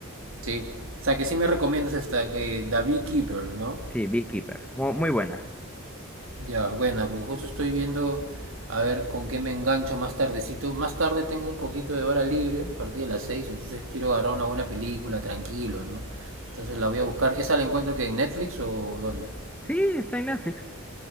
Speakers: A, on the right; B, in the centre.
A: Sí. O sea, que sí me recomiendas esta eh, The Beekeeper, ¿no?
B: Sí, Beekeeper, mu- muy buena.
A: Ya, buena, porque justo estoy viendo a ver con qué me engancho más tardecito. Más tarde tengo un poquito de hora libre, a partir de las 6 entonces quiero agarrar una buena película, tranquilo, ¿no? Entonces la voy a buscar. ¿Esa la encuentro que en Netflix o dónde?
B: Sí, está en Netflix.